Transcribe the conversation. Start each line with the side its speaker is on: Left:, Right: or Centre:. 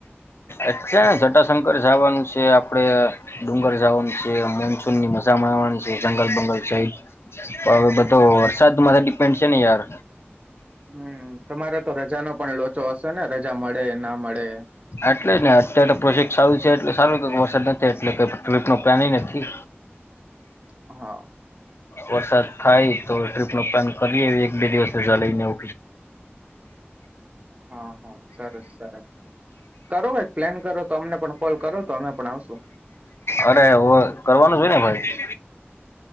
Left: એટલે જટાશંકર જવાનું છે આપડણે ડુંગર જવાનું છે મોનસૂનની મજા માણવાની છે જંગલ બંગલ સહિત તો હવે બધો વરસાદ માંથી ડિપેન્ડ છે ને યાર
Right: હમ તમારે તો રજાનો પણ લો ચો હશે ને રજા મળે ના મળે
Left: એટલે જ ને અત્યારે તો પ્રોસેેક્ટ સારું છે એટલે સારું વરસાદ નથી એટલે કઈ ટ્રીપ નો પ્લાન નથી
Right: હા.
Left: વરસાદ થાય તો ટ્રીપ નો પ્લાન કરીએ એક બે દિવસ રજા લઈને
Right: હા હા સરસ સરસ કરો કઈ પ્લેન કરો તો અમને પણ કોલ કરો તો અમે પણ આવશું.
Left: અરે હોય કરવાનું હોય ને ભાઈ.